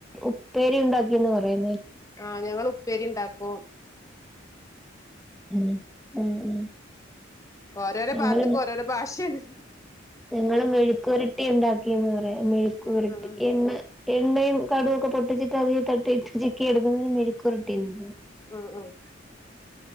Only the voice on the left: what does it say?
ആ ഞങ്ങള് ഉപ്പേരി ഇണ്ടാക്കും.
ഓരോരോ
ഭാഗത്തക്ക് ഓരോരോ ഭാഷയാണ്
ഉം ഉം
മ് മ്